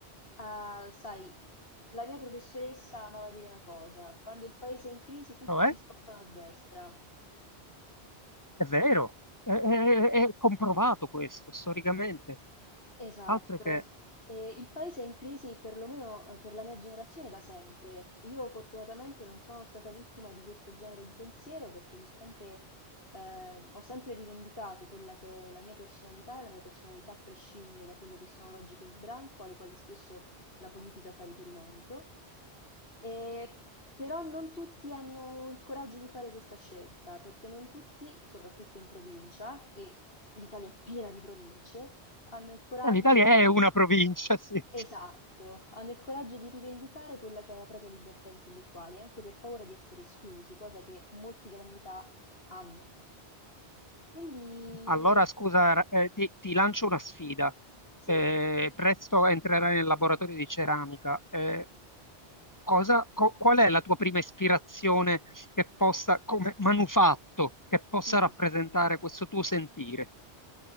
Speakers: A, on the left (about 60°); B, on the left (about 25°).
A: a, sai, la mia professoressa amava dire una cosa, quando il paese è in crisi tutti
B: Però è,
A: si spostano a destra.
B: è vero, è, è- è comprovato questo storicamente,
A: Esatto,
B: altro che
A: e il paese è in crisi perlomeno eh, per la mia generazione da sempre. Io fortunatamente non sono stata vittima di questo genere di pensiero perché mi sono sempre, ehm, ho sempre rivendicato quella che è la mia personalità e la mia personalità prescinde da quelle che sono logiche di branco alle quali spesso la politica fa riferimento. E però non tutti hanno il coraggio di fare questa scelta perché non tutti, soprattutto in provincia, e l'Italia è piena di province, hanno il coraggio
B: eh, l'Italia
A: di,
B: è una provincia, sì.
A: esatto, hanno il coraggio di rivendicare quella che è la propria libertà intellettuale, anche per paura di essere esclusi, cosa che molti della mia età hanno. Quindi,
B: Allora, scusa, Ra- eh, ti, ti lancio una sfida.
A: sì,
B: Eh, presto entrerai nel laboratorio di ceramica. Eh, cosa, co- qual è la tua prima ispirazione che possa, come manufatto, che possa
A: mhm.
B: rappresentare questo tuo sentire?